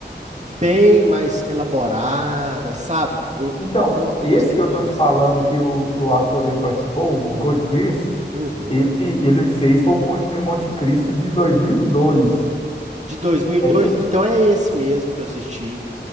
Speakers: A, on the right (about 40°); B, on the left (about 30°).
A: bem mais elaborada, sabe? Eu,
B: Então,
A: no- eu
B: esse
A: gostei
B: que
A: mais.
B: eu tô te falando que o, que o ator aí participou, o Guy Pearce,
A: Uhum.
B: ele, ele fez foi o Conde de Monte Cristo de 2002.
A: De dois. mil e
B: É
A: dois,
B: isso?
A: então é esse mesmo que eu assisti.